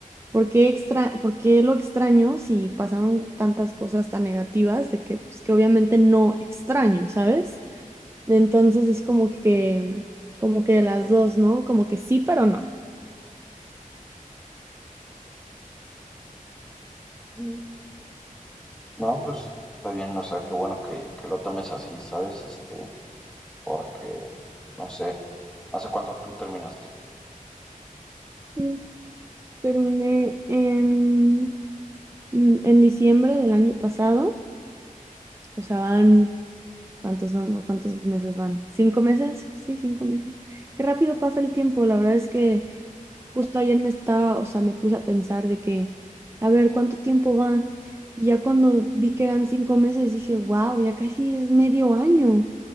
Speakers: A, on the right; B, in the centre.
A: ¿por qué extra, por qué lo extraño si pasaban tantas cosas tan negativas de que, pues, que obviamente no extraño, ¿sabes? Entonces es como que, como que las dos, ¿no? Como que sí, pero no.
B: Mm, No, pues está bien, o sea, qué bueno que, que lo tomes así, ¿sabes? Este, porque, no sé, ¿hace cuánto tú terminaste?
A: Mm, Terminé en, en en diciembre del año pasado, o sea, van, ¿cuántos son? ¿Cuántos meses van? ¿Cinco meses? Sí, cinco meses. Qué rápido pasa el tiempo, la verdad es que... Justo ayer me estaba, o sea, me puse a pensar de que, a ver, ¿cuánto tiempo va? Y ya cuando vi que eran cinco meses, dije, wow, ya casi es medio año.